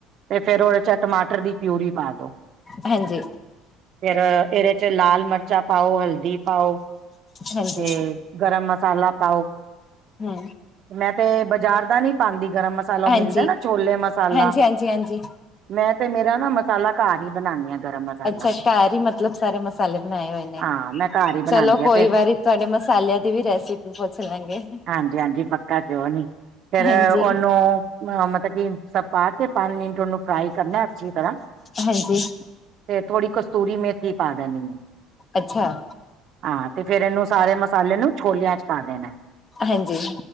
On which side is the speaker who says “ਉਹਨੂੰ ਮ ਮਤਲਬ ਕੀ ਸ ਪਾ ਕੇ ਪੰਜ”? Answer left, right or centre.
Right